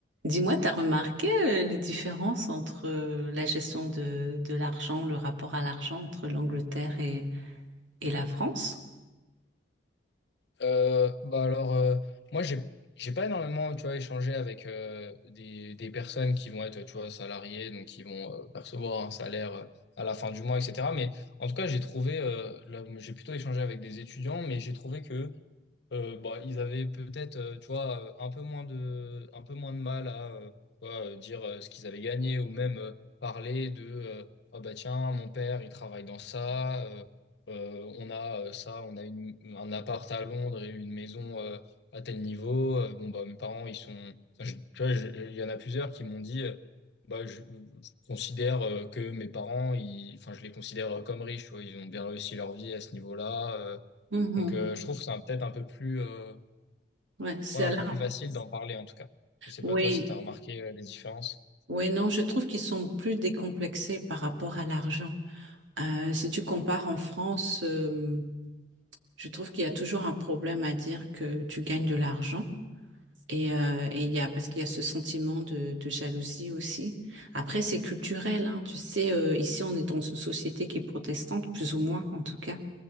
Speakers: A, on the right; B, on the left.
A: Dis-moi, t'as remarqué euh, les différences entre euh, la gestion de, de l'argent, le rapport à l'argent entre l'Angleterre et, et la France?
B: Euh, bah alors, euh, moi, j'ai, j'ai pas énormément, tu vois, échangé avec euh, des, des personnes qui vont être, tu vois, salariées, donc qui vont euh, percevoir un salaire euh, à la fin du mois, etc. Mais en tout cas, j'ai trouvé, euh, là, j'ai plutôt échangé avec des étudiants, mais j'ai trouvé que euh, bah, ils avaient peut-être, euh, tu vois, euh, un peu moins de, un peu moins de mal à euh, tu vois, euh, dire euh, ce qu'ils avaient gagné ou même euh, parler de euh, Ah bah tiens, mon père, il travaille dans ça, euh, euh, on a euh, ça, on a une, un appart à Londres et une maison euh, à tel niveau. Euh, bon, bah, mes parents, ils sont. enfin, je- tu vois, je- il y en a plusieurs qui m'ont dit euh, bah, je, je considère euh, que mes parents, ils, enfin, je les considère euh, comme riches, tu vois, ils ont bien réussi leur vie à ce niveau-là. euh,
A: Mhm.
B: donc, euh, je trouve que c'est un- peut-être un peu plus, euh,
A: Ouais, c'est
B: ouais, un
A: à la...
B: peu plus facile d'en parler, en tout cas. Je sais
A: Oui,
B: pas toi si tu as remarqué euh, les différences.
A: oui, non, je trouve qu'ils sont plus décomplexés par rapport à l'argent. Euh, si tu compares en France, euh, je trouve qu'il y a toujours un problème à dire que tu gagnes de l'argent. Et, euh, et il y a, parce qu'il y a ce sentiment de, de jalousie aussi. Après, c'est culturel, hein. Tu sais, euh, ici, on est dans une société qui est protestante, plus ou moins, en tout cas.